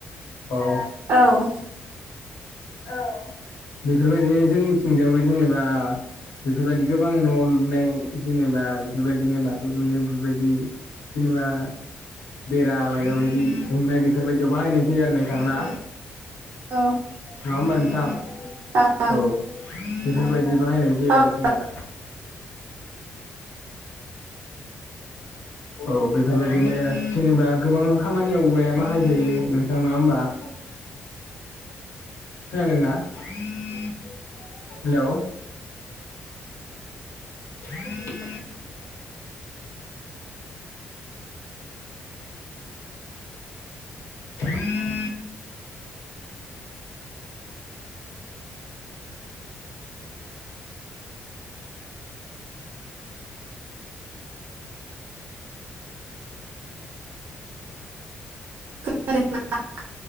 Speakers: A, on the left (about 75°); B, on the right (about 55°).
A: औ।
B: औ
A: औ बेफोरबायदिनो जोंनिथिंगायावबो जेनेबा बेफोरबायदि गोबां न' लुनाय जेनेबा बेफोरबायदिनो बाथौ दुमनाय बेफोरबायदि जेननिबा बेरा माबा बायदि सुंनाय बेफोरबायदियाव बाहायनाय जायो आरो नोंथां।
B: औ
A: माबा मोनथाम
B: ओं
A: औ बेफोरबायदि बाहायनाय जायो
B: औ
A: आरो। जेनेबा औ बेफोरबायदिनो जेनेबा गोबां खामानियाव औवाया बाहायजायो नोंथां नङा होमबा? <inaudible> खोनादोंना हेल'? <inaudible> <inaudible> उ <inaudible>
B: <unintelligible>